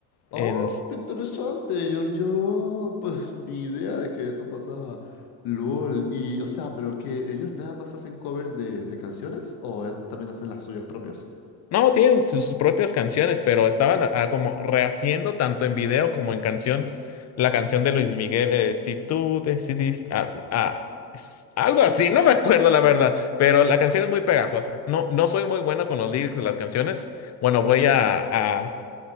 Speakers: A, on the left (about 60°); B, on the left (about 40°).
A: Oh,
B: en,
A: qué interesante. Yo, yo no, pues ni idea de que eso pasaba. LOL. Y, o sea, pero que ellos nada más hacen covers de, de canciones o es- también hacen las suyas propias.
B: No, tienen sus propias canciones, pero estaban a- a como rehaciendo tanto en video como en canción la canción de Luis Miguel, eh, si tú decidiste, ah, ah, es- algo así, no me acuerdo la verdad, pero la canción es muy pegajosa. No, no soy muy bueno con los lyrics de las canciones. Bueno, voy a, a-